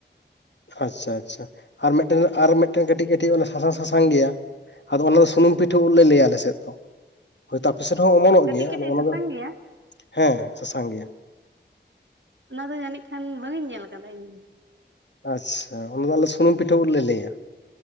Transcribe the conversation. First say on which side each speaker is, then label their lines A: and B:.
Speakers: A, on the left (about 70°); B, on the right (about 80°).
A: ᱟᱪᱪᱷᱟ ᱟᱪᱪᱷᱟ ᱟᱨ ᱢᱤᱫᱴᱮᱱ ᱟᱨ ᱢᱤᱫᱴᱮᱱ ᱠᱟᱹᱴᱤᱡ ᱠᱟᱹᱴᱤᱡ ᱚᱱᱟ ᱥᱟᱥᱟᱝ ᱥᱟᱥᱟᱝ ᱜᱮᱭᱟ ᱟᱫᱚ ᱚᱱᱟ ᱫᱚ ᱥᱩᱱᱩᱢ ᱯᱤᱴᱷᱟᱹ ᱩᱫ ᱞᱮ ᱞᱟᱹᱭᱟ ᱟᱞᱮ ᱥᱮᱫ ᱫᱚ ᱦᱳᱭᱛᱳ ᱟᱯᱮ ᱥᱮᱫ ᱦᱚᱸ ᱚᱢᱚᱱᱚᱜ
B: ᱠᱟᱹᱴᱤᱡ
A: ᱜᱮᱭᱟ
B: ᱠᱟᱹᱴᱤᱡ
A: ᱟᱫᱚ ᱚᱱᱟ
B: ᱥᱟᱥᱟᱝ
A: ᱫᱚ
B: ᱜᱮᱭᱟ
A: ᱦᱮᱸ ᱥᱟᱥᱟᱝ ᱜᱮᱭᱟ
B: ᱚᱱᱟ ᱫᱚ ᱡᱟᱹᱱᱤᱡ ᱠᱷᱟᱱ ᱵᱟᱝᱤᱧ ᱧᱮᱞ ᱠᱟᱫᱟ ᱤᱧ ᱫᱚ
A: ᱟᱪᱪᱷᱟ ᱚᱱᱟ ᱫᱚ ᱟᱞᱮ ᱥᱩᱱᱩᱢ ᱯᱤᱴᱷᱟᱹ ᱩᱫ ᱞᱮ ᱞᱟᱹᱭᱟ